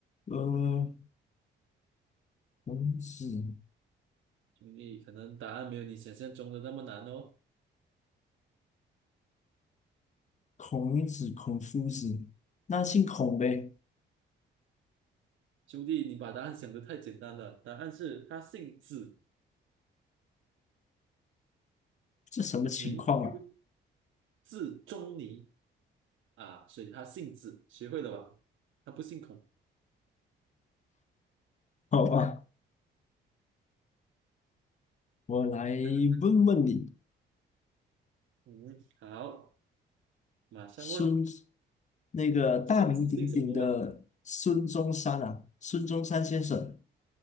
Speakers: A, on the left (about 35°); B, on the right (about 80°).
A: 呃，孔子，
B: 兄弟，可能答案没有你想象中的那么难哦。
A: 孔子，孔夫子，那姓孔呗？
B: 兄弟，你把答案想得太简单了，答案是他姓子，
A: 这什么情况啊？
B: 名丘，字仲尼啊，所以他姓子，学会了吧？他不姓孔。
A: <laughs> 好吧，我来
B: 来来
A: 问问你，
B: 嗯，好，马上问。
A: 孙，那个大名鼎鼎的孙中山啊，
B: 孙子姓什么吗？
A: 孙中山先生，